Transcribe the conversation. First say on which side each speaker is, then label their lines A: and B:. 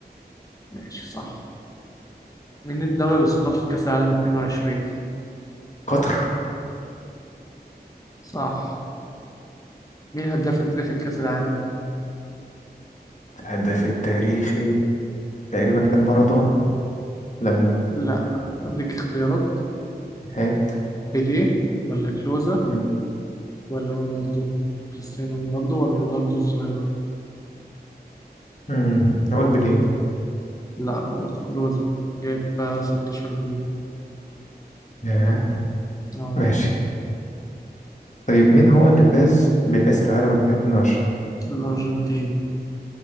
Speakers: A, on the left; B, on the left.
A: ماشي صح مين الدولة اللي استضافت كأس العالم 22؟
B: قطر
A: صح مين الهداف التاريخي لكأس العالم؟
B: الهداف التاريخي تقريبا كان مارادونا لامين
A: لا أديك اختيارات
B: هات
A: بيليه ولا كلوزا
B: مم.
A: ولا رونالدو كريستيانو رونالدو ولا رونالدو الظاهرة؟
B: مم. اقول بليه
A: لا غلط كلوزا جاب آه، 16 جول
B: ياه.
A: أهو
B: ماشي طيب مين هو اللي فاز بكأس العالم 2022
A: الأرجنتين